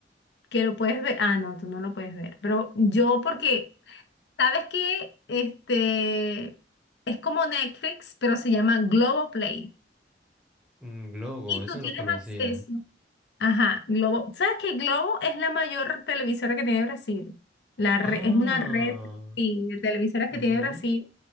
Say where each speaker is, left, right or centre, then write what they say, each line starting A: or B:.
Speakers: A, on the left; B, in the centre.
A: que lo puedes ver. Ah, no, tú no lo puedes ver. Pero yo, porque, ¿sabes qué? Este es como Netflix, pero se llama Globoplay.
B: Mm, Globo,
A: Y
B: eso
A: tú tienes
B: no conocía.
A: acceso. Ajá, Globo. ¿Sabes que Globo es la mayor televisora que tiene Brasil? La re-
B: Ah,
A: es una red sí, de televisoras
B: mhm,
A: que tiene Brasil.